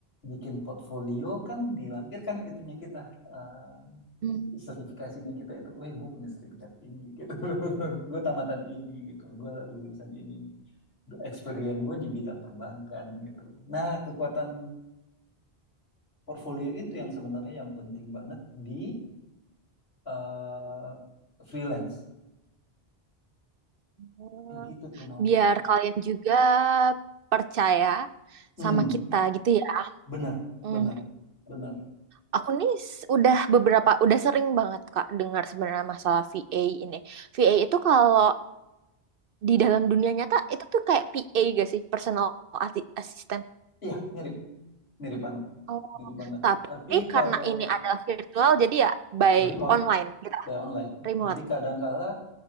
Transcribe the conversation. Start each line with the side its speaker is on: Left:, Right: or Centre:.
Left: bikin portfolio kan dilampirkan itunya kita eh,
Right: Hmm.
Left: sertifikasinya kita itu, weh gue punya sertifikat ini gitu, <laughs> gue tamatan ini gitu, gue lulusan ini, experience gue di bidang perbankan gitu. Nah, kekuatan portfolio itu yang sebenarnya yang penting banget di eh, freelance
Right: Oh,
Left: Kayak gitu tuh Naomi.
Right: Biar kalian juga percaya
Left: Hmm,
Right: sama kita gitu ya.
Left: bener, bener,
Right: Mhm.
Left: bener.
Right: Aku nih s- udah beberapa, udah sering banget Kak dengar sebenarnya masalah VA ini. VA itu kalau di dalam dunia nyata itu tuh kayak PA gak sih? Personal ati- assistant.
Left: Iya, mirip, mirip banget,
Right: Oh,
Left: mirip banget.
Right: tapi
Left: Tapi
Right: karena
Left: kalau
Right: ini adalah virtual jadi ya by
Left: ya remote
Right: online gitu,
Left: by online,
Right: remote.
Left: jadi kadangkala